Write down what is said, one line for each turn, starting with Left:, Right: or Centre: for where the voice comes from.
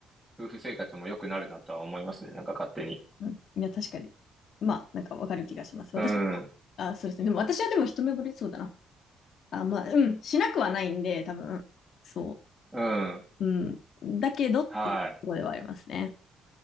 Centre: 夫婦生活も良くなるなとは思いますね。なんか勝手に。
Left: <laughs> いや、確かに。まあ、なんかわかる気がします。
Centre: うん。
Left: 私、あ、そうですね。でも私はでも一目惚れそうだな。あ、まあ、うん、しなくはないんで、多分、そ
Centre: うん。
Left: う。うん。だけどっていうところではありますね。
Centre: はい。